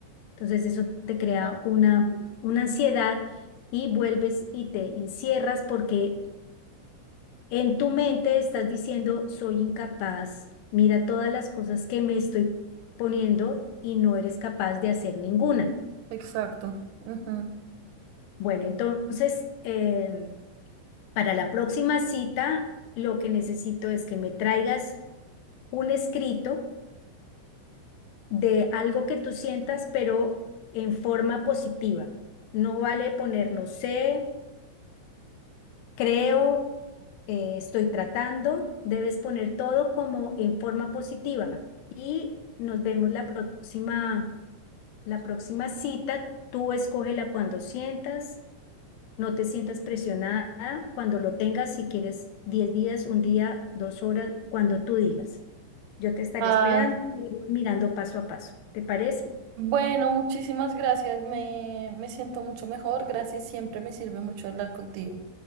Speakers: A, on the left; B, on the right.
A: Entonces eso te crea
B: Claro,
A: una, una ansiedad y vuelves y te encierras porque En tu mente estás diciendo, soy incapaz, mira todas las cosas que me estoy poniendo y no eres capaz de hacer ninguna.
B: exacto. ujú.
A: Bueno, entonces, em, para la próxima cita, lo que necesito es que me traigas un escrito de algo que tú sientas, pero en forma positiva. No vale poner no sé, creo, eh, estoy tratando, debes poner todo como en forma positiva y nos vemos la próxima, la próxima cita. Tú escógela cuando sientas, no te sientas presionada, cuando lo tengas, si quieres 10 días, un día, dos horas, cuando tú digas. Yo te estaré
B: Ay.
A: esperando y iremos mirando paso a paso. ¿Te parece?
B: Bueno, muchísimas gracias. Me, me siento mucho mejor. Gracias, siempre me sirve mucho hablar contigo.